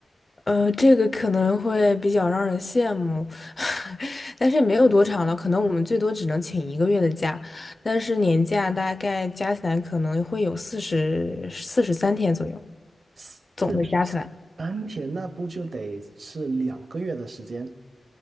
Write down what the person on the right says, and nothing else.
四十
三天，那不就得是两个月的时间？